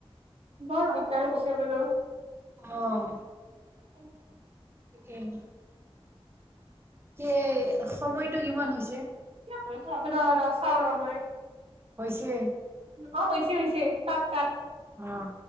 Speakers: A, on the right; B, on the right.
A: বৰ দিগদাৰ হৈছে বোলো।
B: অহ',
A: এক <unintelligible>
B: উম। সে সময়টো কিমান হৈছে?
A: <unintelligible> ৰ ৰ চাও ৰ মই
B: হৈছে
A: অ। হৈছে- হৈছে কাট কাট।
B: অঁ।